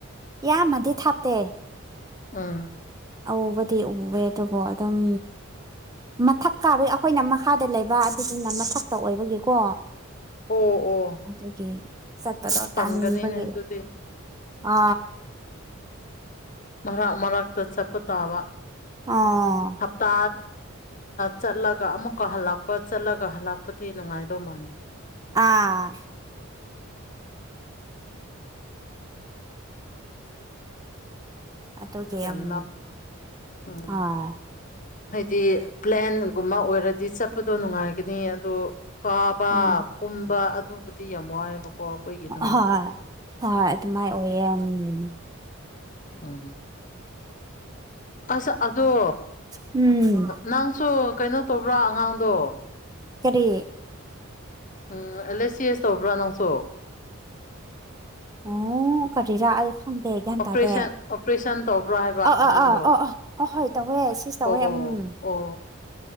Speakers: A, on the right; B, on the left.
A: ꯏꯌꯥꯝꯃꯗꯤ ꯊꯥꯞꯇꯦ
B: ꯑꯝ
A: ꯑꯕꯗꯤ ꯎꯋꯦ ꯑꯗꯨꯕꯨ ꯑꯗꯨꯝ ꯃꯊꯛ ꯀꯥꯕꯩ ꯑꯩꯈꯣꯏꯅ ꯃꯈꯥꯗ ꯂꯩꯕ ꯑꯗꯨꯗꯨꯅ ꯃꯊꯛꯇ ꯑꯣꯏꯕꯒꯤꯀꯣ
B: ꯑꯣ ꯑꯣ
A: ꯑꯗꯨꯒꯤ ꯆꯠꯄꯗꯣ
B: ꯑꯁ ꯇꯟꯒꯅꯤꯅꯦ
A: ꯇꯥꯟꯅꯤꯡꯕꯒꯤ
B: ꯑꯗꯨꯗꯤ
A: ꯑ
B: ꯃꯔꯥꯛ ꯃꯔꯥꯛꯛꯇ ꯆꯠꯄ ꯇꯥꯕ
A: ꯑꯣ
B: ꯍꯞꯇꯥ ꯆꯠꯂꯒ ꯑꯃꯨꯛꯀ ꯍꯜꯂꯛꯄ ꯆꯠꯂꯒ ꯀꯍꯂꯄꯇ ꯅꯨꯉꯥꯏꯗꯣ ꯃꯗ
A: ꯑꯥ ꯑꯗꯨꯒꯤ
B: ꯌꯥꯝꯅ
A: ꯎꯝ
B: ꯎꯝ
A: ꯍꯣꯏ
B: ꯍꯥꯏꯗꯤ ꯄ꯭ꯂꯦꯟꯒꯨꯝꯕ ꯑꯣꯏꯔꯗꯤ ꯆꯞꯄ ꯆꯠꯄꯗꯣ ꯅꯨꯡꯉꯥꯏꯒꯅꯤ ꯑꯗꯨꯗꯣ ꯀꯥꯕ
A: ꯎꯝ
B: ꯀꯨꯝꯕ ꯑꯗꯨ ꯤ ꯌꯥꯝ ꯋꯥꯏꯕꯀꯣ ꯑꯩꯈꯣꯏꯒꯤꯗꯃꯥꯁꯦ
A: ꯍꯣꯏ ꯍꯣꯏ ꯑꯗꯨꯃꯥꯏ ꯑꯣꯏꯌꯦ ꯎꯝ
B: ꯑꯥ ꯑꯁ ꯑꯗꯣ
A: ꯎꯝ
B: ꯅꯪꯁꯨ ꯀꯩꯅꯣ ꯇꯧꯕ꯭ꯔꯥ ꯑꯉꯥꯡꯗꯣ
A: ꯀꯔꯤ
B: ꯎꯝ ꯑꯦꯜ ꯑꯦꯁ ꯁꯤ ꯑꯦꯁ ꯇꯧꯕ꯭ꯔꯥ ꯅꯪꯁꯨ
A: ꯑꯣ ꯀꯔꯥ ꯑꯣꯗꯦ ꯟꯇꯥꯗꯦ
B: ꯑꯣꯄꯔꯦꯁꯟ ꯑꯣꯄꯔꯦꯁꯟ ꯇꯧꯕ꯭ꯔꯥ ꯍꯥꯏꯕ
A: ꯑ
B: ꯑꯉꯥꯡꯗꯣ
A: ꯑ ꯑ ꯑꯣ ꯑꯣ ꯍꯣꯏ ꯍꯣꯏ ꯇꯧꯋꯦ ꯁꯤꯁ ꯇꯧꯋꯦ
B: ꯑꯣ
A: ꯎꯝ
B: ꯑꯣ